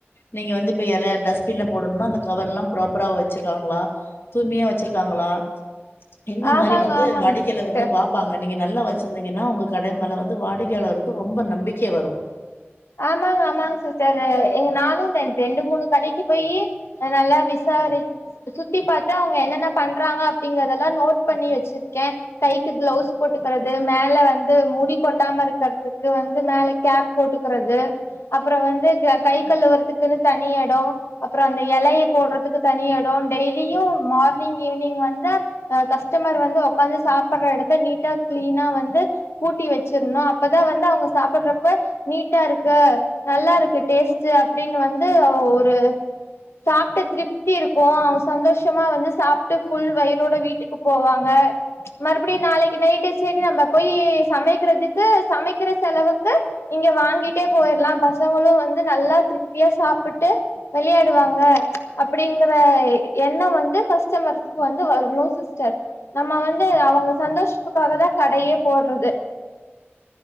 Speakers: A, on the left; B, on the left.
A: நீங்க வந்து இப்ப எல டஸ்ட்பின்ல போடணும்னா அந்த கவர் எல்லாம் ப்ராப்பரா வச்சிருக்காங்களா தூய்மையா வச்சுருக்காங்களா இந்த
B: ஆமாங்க
A: மாரி வந்து
B: ஆமாங்க
A: வாடிக்கையாளர்
B: சிஸ்டர்
A: வந்து பார்ப்பாங்க நீங்க நல்லா வ ச்சிருந்தீங்கன்னா உங்க கட மேல வந்து வாடிக்கையாளருக்கு ரொம்ப நம்பிக்கை வரு
B: ஆமாங்க ஆமாங்க சிஸ்டர் எ நானு ரெண்டு மூணு கடைக்கு போய் நல்லா விசாரி சுத்தி பாத்து அவுங்க என்னென்ன பண்றாங்க அப்படிங்கறெல்லா நோட் பண்ணி வச்சிருக்கே கைக்கு க்ளவுஸ் போட்டுக்கறது மேல வந்து முடி கொட்டாம இருக்கற்துக்கு வந்து மேல கேப் போட்டு கிறது அப்பறோ வந்து க கை கழுவற்துக்குன்னு தனி எடோ அப்பறோ அந்த எலய போட்றதுக்கு தனி எடோ டெய்லியு மார்னிங் ஈவினிங் வந்து அ கஸ்டமர் வந்து உக்காந்து சாப்பட்ற எடத்த நீட்டா க்ளீனா வந்து கூட்டி வச்சிர்ணு அப்பதா வந்து அவங்க சாப்புட்றப்ப நீட்டா இருக்கு நல்லா இருக்கு டேஸ்ட்டு அப்டின் வந்து ஒ ஒரு சாப்ட்ட திருப்தி இருக்கு அவுங் சந்தோஷமா வந்து சாப்ட்டு ஃபுல் வய்றோட வீட்டுக்கு போவாங்க ச்ச் மறுபிடியு நாளைக்கு நைட்டு சரி நம்ம போய் சமைக்கிறதுக்கு சமைக்குற செலவுக்கு இங்க வாங்கிட்டே போய்ர்லா பசங்களு வந்து நல்லா திருப்தியா சாப்புட்டு வெளையாடுவாங்க அப்படிங்கிற எண்ணோ வந்து கஸ்டமர்க்கு வந்து வர்ணு சிஸ்டர் நம்ம வந்து அவங்க சந்தோஷ்த்துக்காக தா கடையே போடுறது